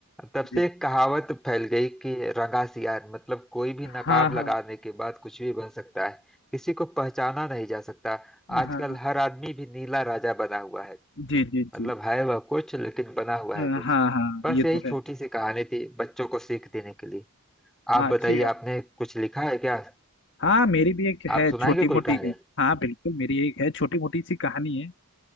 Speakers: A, in the centre; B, on the left.
A: तब
B: जी
A: से एक कहावत फैल गई कि रंगा सियार मतलब कोई भी नकाब
B: हाँ
A: लगाने
B: हाँ
A: के बाद कुछ भी बन सकता है किसी को पहचाना नहीं जा सकता आजकल
B: हाँ
A: हर आदमी भी नीला राजा बना हुआ है
B: जी जी
A: मतलब
B: जी
A: है वह कुछ लेकिन बना हुआ
B: हाँ
A: है कुछ
B: हाँ
A: बस
B: ये
A: यही
B: तो है
A: छोटी सी कहानी थी बच्चों को सीख देने के लिए
B: हाँ
A: आप
B: अच्छी
A: बताइए
B: कहानी
A: आपने कुछ लिखा है क्या
B: हाँ मेरी भी एक है
A: आप सुनाएंगे
B: छोटी मोटी
A: कोई कहानी
B: हाँ बिल्कुल मेरी एक है छोटी मोटी सी कहानी है